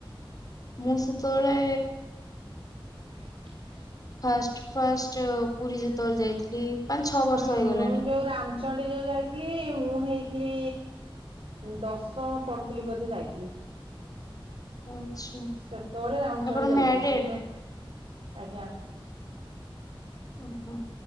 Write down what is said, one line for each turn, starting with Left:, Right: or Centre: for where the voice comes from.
Left: ମୁଁ ସେତେବେଳେ
Right: <inaudible>
Left: ଫାଷ୍ଟ ଫାଷ୍ଟ ପୁରୀ ଯେତେବେଳେ ଯାଇଥିଲି। ପାଞ୍ଚ ଛଅ ବର୍ଷ
Right: ନା ମୁଁ
Left: ହେଇଗଲାଣି।
Right: ଯୋଉ ରାମଚଣ୍ଡୀ ଯୋଉ ଯାଇଥିଲି ମୁଁ ହେଇଥିଲି ଦଶମ ପଢୁଥିଲି ବୋଧେ ଯାଇଥିଲି।
Left: ଆଚ୍ଛା
Right: ସେତେବେଳେ ରାମଚଣ୍ଡୀ
Left: ଆପଣ
Right: ଯାଇଥିଲି
Left: ମ୍ୟାରେଡ୍?
Right: ସେତ ଆଜ୍ଞା।
Left: ଓହୋ।